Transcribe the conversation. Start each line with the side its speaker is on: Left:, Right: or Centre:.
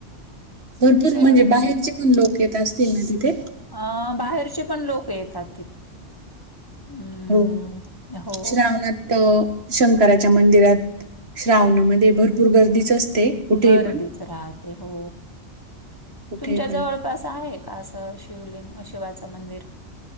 Right: भरपूर
Left: असं
Right: म्हणजे बाहेरचे पण लोक येत असतील ना तिथे?
Left: अ बाहेरचे पण लोक येतात. अं,
Right: हो
Left: हो.
Right: श्रावणात शंकराच्या मंदिरात श्रावण- मध्ये भरपूर गर्दीच असते कुठेही
Left: गर्दीच
Right: पण.
Left: राहते हो
Right: कुठेही
Left: तुमच्या जवळ-
Right: पण
Left: अ सं आहे का, असं शिवलिंग शिवाचं मंदिर?